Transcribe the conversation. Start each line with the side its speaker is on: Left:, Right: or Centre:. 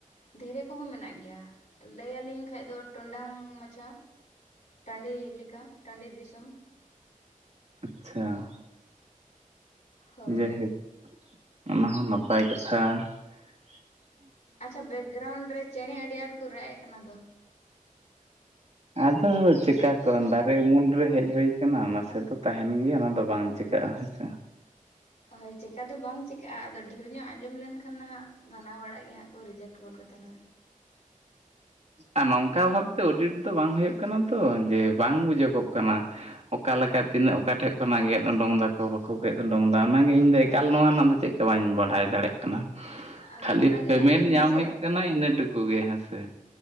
Left: ᱫᱷᱤᱨᱮ ᱠᱚᱦᱚᱸ ᱢᱮᱱᱟᱜ ᱜᱮᱭᱟ, ᱞᱟᱹᱭ ᱟᱹᱞᱤᱧ ᱠᱷᱟᱡ ᱫᱚ ᱴᱚᱱᱰᱟᱝ ᱢᱟᱪᱷᱟ ᱾ ᱴᱟᱺᱰᱤ ᱞᱮᱠᱟ ᱴᱟᱺᱰᱤ ᱫᱤᱥᱚᱢ
Right: ᱟᱪᱷᱟ ᱾
Left: ᱦᱳᱭ
Right: ᱡᱮᱭᱦᱳᱠ ᱚᱱᱟ ᱦᱚᱸ ᱱᱟᱯᱟᱭ ᱠᱟᱛᱷᱟ ᱾
Left: ᱟᱪᱷᱟ ᱵᱮᱠᱜᱨᱟᱣᱩᱱᱰ ᱨᱮ ᱪᱮᱬᱮ ᱟᱹᱰᱤ ᱟᱸᱴ ᱠᱚ ᱨᱟᱜ ᱮᱜ ᱠᱟᱱᱟ ᱫᱚ?
Right: ᱟᱫᱚ ᱪᱮᱠᱟ ᱠᱚ ᱫᱟᱨᱮ ᱩᱢᱩᱞ ᱨᱮ ᱦᱮᱡ ᱦᱩᱭᱩ ᱱᱟᱥᱮ ᱫᱚ ᱛᱟᱦᱮᱸᱱ ᱜᱮᱭᱟ ᱚᱱᱟ ᱫᱚ ᱵᱟᱝ ᱪᱤᱠᱟᱹᱜᱼᱟ ᱦᱮᱸᱥᱮ
Left: ᱦᱳᱭ ᱪᱮᱠᱟ ᱫᱚ ᱵᱟᱝ ᱪᱤᱠᱟᱹᱜᱼᱟ ᱟᱫᱚ ᱰᱷᱮᱨ ᱧᱚᱜ ᱟᱸᱡᱚᱢ ᱞᱮᱱᱠᱷᱟᱱ ᱱᱟᱦᱟᱸᱜ ᱵᱟᱱᱟ ᱦᱚᱲᱟᱜ ᱜᱮ ᱦᱟᱸᱜ ᱠᱚ ᱨᱤᱡᱮᱠᱴ ᱜᱚᱫ ᱠᱟᱛᱟ ᱞᱟᱝᱼᱟ
Right: ᱟᱨ ᱱᱚᱝᱠᱟ ᱵᱷᱟᱵᱛᱮ ᱚᱰᱤᱴ ᱫᱚ ᱵᱟᱝ ᱦᱩᱭᱩᱜ ᱠᱟᱱᱟ ᱛᱚ, ᱡᱮ ᱵᱟᱝ ᱵᱩᱡᱟᱹᱜᱚᱜ ᱠᱟᱱᱟ ᱾ ᱚᱠᱟ ᱞᱮᱠᱟ ᱛᱤᱱᱟᱹᱜ ᱚᱠᱟ ᱴᱷᱮᱜ ᱠᱷᱚᱱᱟᱜ ᱜᱮᱫ ᱩᱰᱚᱝ ᱫᱟᱠᱚ, ᱵᱟᱠᱚ ᱜᱮᱫ ᱩᱰᱩᱝᱫᱟ ᱚᱱᱟᱜᱮ ᱤᱧ ᱫᱚ ᱮᱠᱟᱞ ᱱᱚᱣᱟ ᱨᱮᱱᱟᱜ ᱫᱚ ᱪᱮᱫ ᱥᱮ ᱵᱟᱹᱧ ᱵᱟᱰᱟᱭ ᱫᱟᱲᱮᱜ ᱠᱟᱱᱟ᱾
Left: ᱟᱫᱚ
Right: ᱠᱷᱟᱹᱞᱤ
Left: ᱚᱱᱟᱜᱮ
Right: ᱯᱮᱢᱮᱱᱴ
Left: ᱟᱹᱞᱤᱧ
Right: ᱧᱟᱢ
Left: ᱥᱮ
Right: ᱦᱩᱭᱩᱜ ᱠᱟᱱᱟ ᱤᱱᱟᱹ ᱴᱩᱠᱩ ᱜᱮ ᱦᱮᱸᱥᱮ?